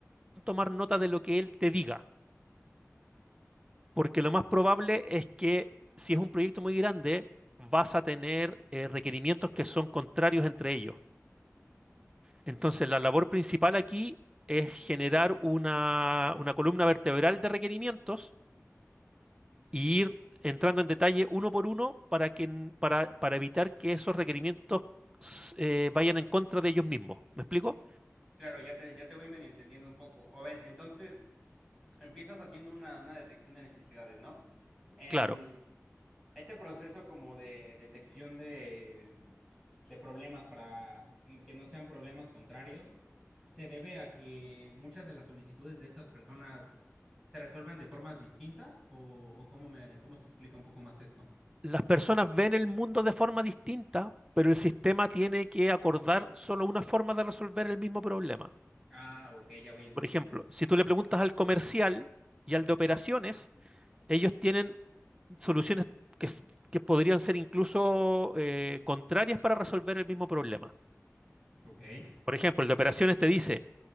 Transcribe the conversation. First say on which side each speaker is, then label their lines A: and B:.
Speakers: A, on the right; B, in the centre.
A: tomar nota de lo que él te diga, porque lo más probable es que si es un proyecto muy grande, vas a tener eh, requerimientos que son contrarios entre ellos. Entonces, la labor principal aquí es generar una, una columna vertebral de requerimientos y ir entrando en detalle uno por uno para que, n- para, para evitar que esos requerimientos s- eh, vayan en contra de ellos mismos. ¿Me explico?
B: Claro, ya te, ya te voy medio entendiendo un poco. A ver, entonces empiezas haciendo una, una detección de necesidades, ¿no? Em,
A: Claro,
B: este proceso como de detección de, de problemas para en que no sean problemas contrarios se debe a que muchas de las solicitudes de estas personas se resuelven de formas distintas o, o cómo me cómo se explica un poco más esto.
A: las personas ven el mundo de forma distinta, pero el sistema tiene que acordar solo una forma de resolver el mismo problema.
B: Ah, ok, ya voy entendiendo.
A: Por ejemplo, si tú le preguntas al comercial y al de operaciones, ellos tienen soluciones que, s- que podrían ser incluso eh, contrarias para resolver el mismo problema.
B: Ok.
A: Por ejemplo, el de operaciones te dice,